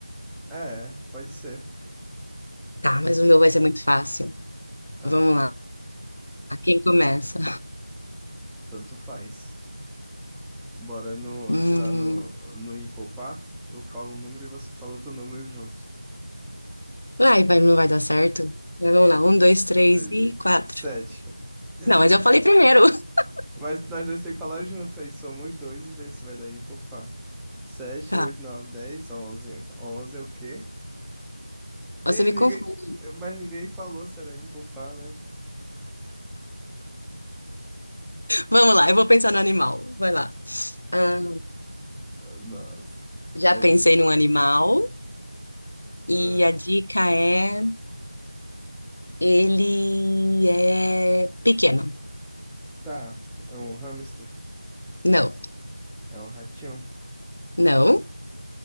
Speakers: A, in the centre; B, on the left.
A: É, pode ser.
B: Tá, mas
A: É,
B: o meu vai ser muito fácil.
A: Ai,
B: Vamos lá. Quem começa?
A: tanto faz. Bora no,
B: Hum,
A: tirar no, no empopar. Eu falo um número e você fala outro número junto.
B: vai,
A: E a gen-
B: vai, não
A: é,
B: vai dar certo? Mas Vamos
A: claro.
B: lá, um, dois, três
A: Seis
B: e
A: e-
B: quatro.
A: Sete. <laughs>
B: Não, mas eu falei primeiro. <laughs>
A: Mas nós dois temos que falar junto, aí somos dois e ver se vai dar ímpar ou par. 7,
B: Tá,
A: 8, 9, onze 11. é o quê? E
B: você me
A: ninguém...
B: confunde.
A: Mas ninguém falou se era ímpar né?
B: Vamos lá, eu vou pensar no animal. Vai lá. Ah,
A: Nossa.
B: já
A: A
B: pensei
A: gente-
B: num animal. E
A: Ah,
B: a dica é: ele é pequeno.
A: tá, é um hamster,
B: Não,
A: é um ratinho,
B: não.